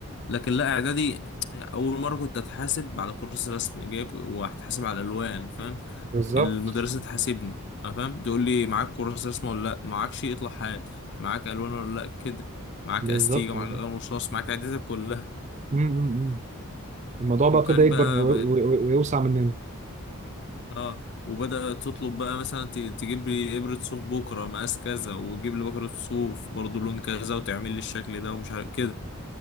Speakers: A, on the left (about 50°); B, on the right (about 30°).
A: لكن لا اعدادي اول مرة كنت اتحاسب على كراسة رسم جايب وهتحاسب على الالوان فاهم
B: بالظبط
A: المدرسة تحاسبني أنا فاهم تقول لي معاك كراسة رسم ولا لا معاكش اطلع حال معاك الوان ولا لا كده معاك
B: بالظبط
A: استيجا معاك
B: والله
A: قلم رصاص معاك عدتك كلها
B: امم أمم، أمم. الموضوع بقى
A: وكان
B: ابتدى يكبر
A: بقى
B: و- و- و- ويوسع مننا
A: اه وبدأت تطلب بقى مثلا ت- تجيب لي ابرة صوف بكرة مقاس كذا وتجيب لي بكرة صوف برضو لون كذا وتعمل لي الشكل ده ومش عارف كده